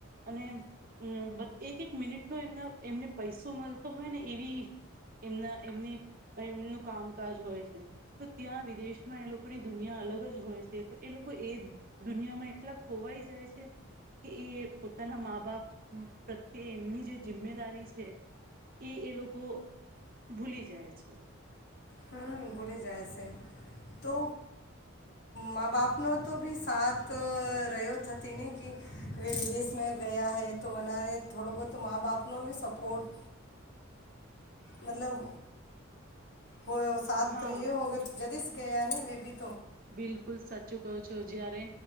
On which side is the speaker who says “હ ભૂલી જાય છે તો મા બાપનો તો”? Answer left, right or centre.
Left